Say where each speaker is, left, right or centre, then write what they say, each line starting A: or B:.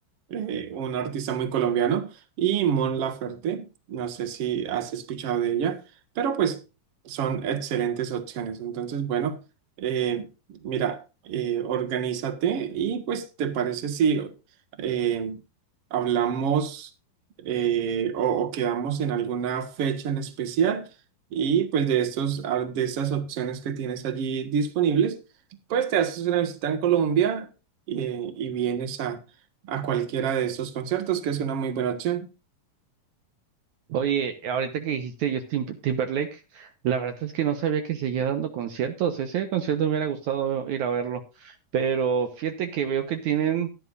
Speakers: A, on the right; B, on the right.
A: eh, un artista muy colombiano, y Mon Laferte, no sé si has escuchado de ella, pero pues son excelentes opciones. Entonces, bueno, eh, mira, eh, organízate y pues, ¿te parece si eh, hablamos eh, o, o quedamos en alguna fecha en especial? Y pues de estos, ah, de estas opciones que tienes allí disponibles, pues te haces una visita en Colombia eh, y vienes a a cualquiera de estos conciertos, que es una muy buena opción.
B: Oye, ahorita que dijiste Justin P- Timberlake, la verdad es que no sabía que seguía dando conciertos. Ese concierto me hubiera gustado ir a verlo, pero fíjate que veo que tienen